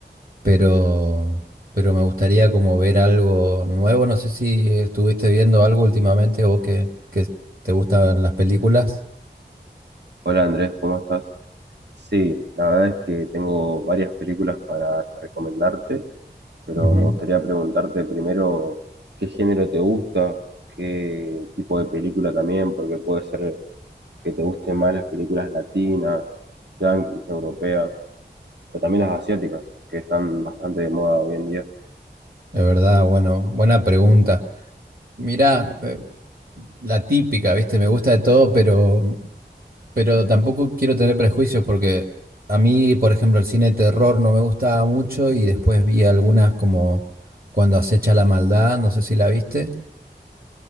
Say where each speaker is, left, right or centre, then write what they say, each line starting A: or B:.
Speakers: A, on the right; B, on the right.
A: pero, pero me gustaría como ver algo nuevo. No sé si estuviste viendo algo últimamente o que, que te gustan las películas.
B: Hola Andrés, ¿cómo estás? Sí, la verdad es que tengo varias películas para recomendarte, pero
A: Ujú.
B: me gustaría preguntarte primero qué género te gusta, qué tipo de película también, porque puede ser que te gusten más las películas latinas, yanquis, europeas, o también las asiáticas, que están bastante de moda hoy en día.
A: De verdad, bueno, buena pregunta. Mirá, eh, la típica, ¿viste? Me gusta de todo, pero, pero tampoco quiero tener prejuicios porque a mí, por ejemplo, el cine de terror no me gustaba mucho y después vi algunas como Cuando acecha la maldad, no sé si la viste,